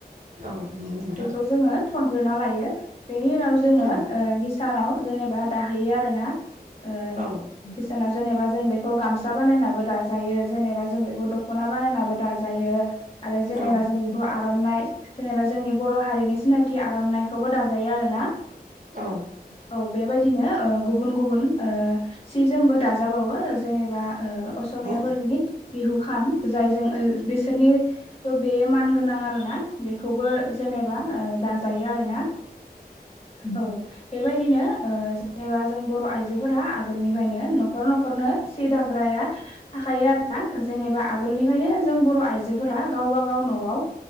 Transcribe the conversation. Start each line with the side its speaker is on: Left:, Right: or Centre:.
Right: नंगौ नोंथां
Left: बेखौ जोङो थन ग्रोना लायो बेनि उनाव जोङो
Right: औ
Left: हिसानाव जेनेबा दाहैयो आरोना। ओ-हिसानाव
Right: औ
Left: जेनेबा जों बेखौ गामसा बानायना। दाजायो जेनेबा जों बेखौ दखना बानायनाबो दाजायो। आरो
Right: औ
Left: जेनेबा जों बेखौ आरनाइ जेनेबा जोंनि बर हारिनि सिनायथि आर नायखौबो दाजायो आरोना
Right: औ
Left: औ बेबायदिनो। गुबुन गुबुन ओ-सि जोमबो दाजाबावो जेनेबा असमियाफोरनि
Right: औ
Left: बिहु खान जायजों बिसोरनिबो बेयो मान गोनां आरोना। बेखौबो जेनेबा ओ-दाजायो आरो ना औ बेबायदिनो ओ-जेनेबा जों बर आइजोफोरा आगोलनिफ्रायनो नखर नखरनो सि दाग्राया। थाखायो आरोना जेनेबा आगोलनिफ्रायनो जों बर आइ। आजोफोरा गावबा गाव ओ-नआव